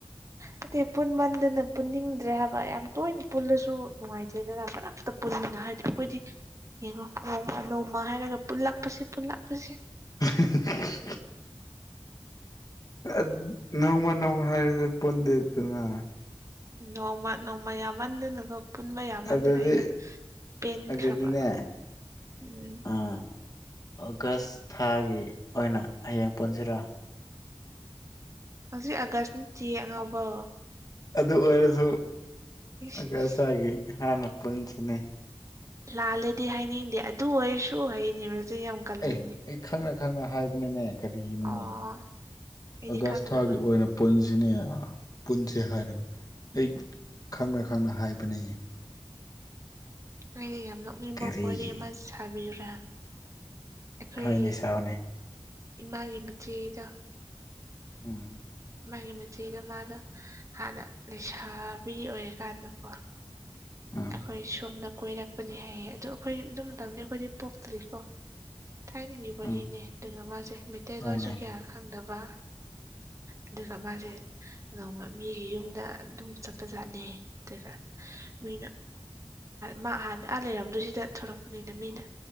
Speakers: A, on the right; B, on the left.
A: ꯍꯥꯏꯗꯤ ꯄꯨꯟꯃꯟꯗꯅ ꯄꯨꯟꯅꯤꯡꯗ꯭ꯔꯦ ꯍꯥꯏꯕ ꯌꯥꯝ ꯇꯣꯏꯅ ꯄꯨꯜꯂꯁꯨ ꯅꯨꯡꯉꯥꯏꯇꯦꯗꯅ ꯃꯔꯛꯇ ꯄꯨꯟꯒꯅꯤ ꯍꯥꯏꯔꯗꯤ ꯑꯈꯣꯏꯗꯤ
B: <inaudible>
A: ꯌꯦꯡꯉꯣ ꯅꯣꯡꯃ ꯅꯣꯡꯃ ꯍꯥꯏꯔꯒ ꯄꯨꯜꯂꯛꯄꯁꯤ ꯄꯨꯜꯂꯛꯄꯁꯦ
B: <unintelligible> ꯑ ꯅꯣꯡꯃ ꯅꯣꯡꯃ ꯍꯥꯏꯕꯗꯨ ꯄꯨꯟꯗꯦꯗꯅ
A: ꯅꯣꯡꯃ ꯅꯣꯡꯃ ꯌꯥꯝꯃꯟꯗꯅꯀ‌ꯣ ꯄꯨꯟꯕ ꯌꯥꯃꯟꯗꯅ
B: ꯑꯗꯨꯗꯤ
A: ꯑꯩꯗꯣ ꯄꯦꯟꯈ꯭ꯔꯕ
B: ꯑꯗꯨꯗꯤꯅꯦ
A: ꯎꯝ
B: ꯑꯥ ꯑꯣꯒꯁ ꯊꯥꯒꯤ ꯑꯣꯏꯅ ꯍꯌꯦꯡ ꯄꯨꯟꯁꯤꯔ
A: ꯍꯧꯖꯤꯛ ꯑꯥꯒꯁ ꯅꯠꯇꯤꯌꯦ ꯑꯉꯥꯎꯕꯥꯎ
B: ꯑꯗꯨ ꯑꯣꯏꯔꯁꯨ
A: ꯏꯁ
B: ꯑꯒꯁ
A: ꯏꯁ
B: ꯊꯥꯒꯤ ꯍꯥꯟꯅ ꯄꯨꯟꯁꯤꯅꯦ
A: ꯂꯥꯜꯂꯦꯗꯤ ꯍꯥꯏꯅꯤꯡꯗꯦ ꯑꯗꯨ ꯑꯩꯁꯨ ꯍꯥꯏꯅꯤꯡꯕꯁꯦ ꯌꯥꯝ ꯀꯜꯂꯤꯅꯦ
B: ꯑꯦ ꯑꯩ ꯈꯪꯅ ꯈꯪꯅ ꯍꯥꯏꯕꯅꯤꯅꯦ ꯀꯔꯤꯅꯣꯅꯦ
A: ꯑꯣ ꯑꯩꯗꯤ
B: ꯑꯒꯁꯊꯥꯒꯤ
A: ꯈꯪꯗꯕ
B: ꯑꯣꯏꯅ ꯄꯨꯟꯁꯤꯅꯦ ꯄꯨꯟꯁꯦ ꯍꯥꯏꯔꯒ ꯑꯩ ꯈꯪꯅ ꯈꯪꯅ ꯍꯥꯏꯕꯅꯦꯌꯦ
A: ꯑꯩ ꯌꯥꯝ ꯅꯣꯛꯅꯤꯡꯕ
B: ꯀꯔꯤꯒꯤ
A: ꯋꯥꯔꯤ ꯑꯃꯁꯦ ꯊꯥꯕꯤꯌꯨꯔꯥ ꯑꯩꯈꯣꯏ
B: ꯍꯣꯏꯅꯦ ꯁꯥꯎꯅꯦ
A: ꯏꯃꯥꯒꯤ ꯃꯆꯦꯗꯣ
B: ꯎꯝ
A: ꯃꯥꯒꯤ ꯃꯆꯦꯒ ꯃꯥꯒ ꯍꯥꯟꯅ ꯂꯩꯁꯥꯕꯤ ꯑꯣꯏꯔꯤꯀꯥꯟꯗꯀꯣ
B: ꯎꯝ
A: ꯑꯩꯈꯣꯏ ꯁꯣꯝꯅ ꯀꯣꯏꯔꯛꯄꯅꯤ ꯍꯥꯏꯌꯦ ꯑꯗꯣ ꯑꯩꯈꯣꯏ ꯑꯗꯨ ꯃꯇꯝꯗꯤ ꯑꯩꯈꯣꯏꯗꯤ ꯄꯣꯛꯇ꯭ꯔꯤꯀꯣ ꯊꯥꯏꯅꯒꯤ ꯋꯥꯔꯤꯅꯦ
B: ꯎꯝ
A: ꯑꯗꯨꯒ ꯃꯥꯁꯦ ꯃꯩꯇꯩꯂꯣꯟꯁꯨ
B: ꯍꯣꯏꯅꯦ
A: ꯀꯌꯥ ꯈꯪꯗꯕ ꯑꯗꯨꯒ ꯃꯥꯁꯦ ꯅꯣꯡꯃ ꯃꯤꯒꯤ ꯌꯨꯝꯗ ꯑꯗꯨꯝ ꯆꯠꯄꯖꯥꯠꯅ‌ꯦ ꯑꯗꯨꯒ ꯃꯤꯅ ꯃꯥ ꯍꯥꯟꯅ ꯑꯥ ꯂꯩꯔꯝꯗꯣꯏ ꯁꯤꯗ ꯊ‌ꯣꯔꯛꯄꯅꯤꯅ ꯃꯤꯅ